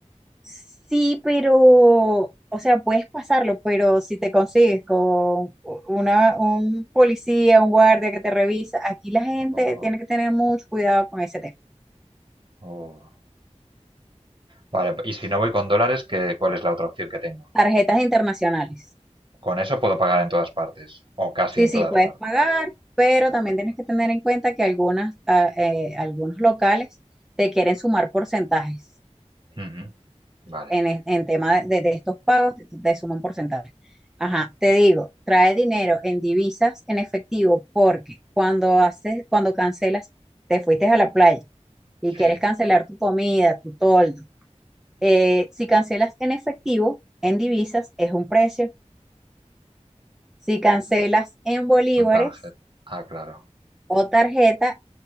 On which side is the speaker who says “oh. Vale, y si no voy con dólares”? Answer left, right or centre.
Right